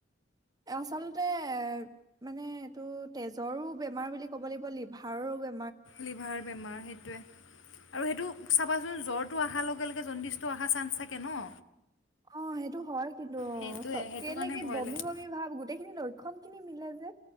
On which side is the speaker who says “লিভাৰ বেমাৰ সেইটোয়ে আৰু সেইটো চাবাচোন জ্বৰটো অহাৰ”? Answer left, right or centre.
Left